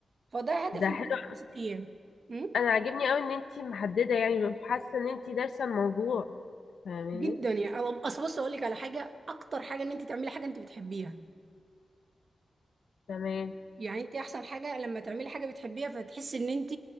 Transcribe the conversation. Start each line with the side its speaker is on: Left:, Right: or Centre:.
Right: فده هدفي
Left: ده حلو
Right: لمدة ست ايام م?
Left: انا عاجبني قوي ان انت محددة يعني حاسة ان انت دارسة الموضوع فاهماني
Right: جدا يعني أنا- اصل بص اقول لك على حاجه اكتر حاجه ان انت تعملي حاجه انت بتحبيها
Left: تمام
Right: يعني انت احسن حاجه لما تعملي حاجه بتحبيها فتحسي ان انت